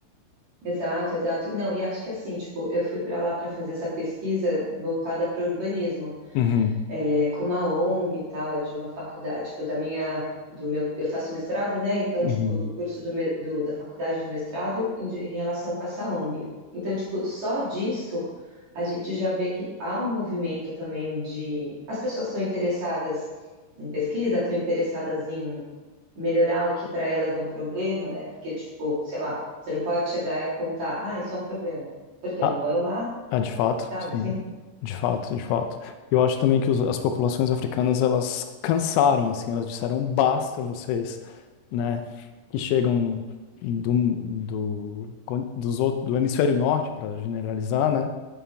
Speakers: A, on the right (about 45°); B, on the left (about 90°).
A: Exato, exato. E Não, e acho que assim, tipo, eu fui para lá para fazer essa pesquisa voltada para urbanismo.
B: Uhum,
A: é, com uma ONG e tal, é de uma faculdade, tipo, da minha, do meu, eu faço mestrado, né? Então,
B: uhum.
A: tipo, do curso do, me- do- da faculdade do mestrado em, de- em relação com essa ONG. Então, tipo, só disso a gente já vê que há um movimento também de, as pessoas estão interessadas em pesquisa, estão interessadas em melhorar o que para elas é um problema, né? Porque, tipo, sei lá, você não pode chegar e apontar, ah, isso é um problema, porque
B: A-
A: eu não moro lá,
B: Ah, de fato,
A: sabe,
B: sim.
A: assim?
B: De fato, de fato. Eu acho também que os- as populações africanas, elas cansaram, assim, elas disseram, basta vocês, né, que chegam do, do, con- dos outros, do hemisfério norte, para generalizar, né,